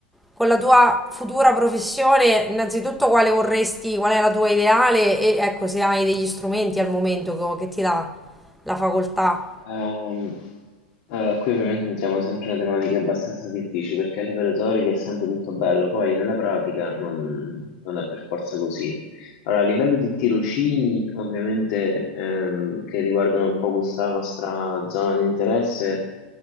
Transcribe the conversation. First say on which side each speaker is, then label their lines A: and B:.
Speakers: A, in the centre; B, on the left.
A: con la tua futura professione, innanzitutto quale vorresti, qual è la tua ideale e ecco se hai degli strumenti al momento co- che ti dà la facoltà.
B: Ehm, allora, qui ovviamente entriamo sempre in una tematica abbastanza difficile perché a livello teorico è sempre tutto bello, poi nella pratica non, non è per forza così. Allora, a livello di tirocini, ovviamente ehm, che riguardano un po' questa nostra zona di interesse,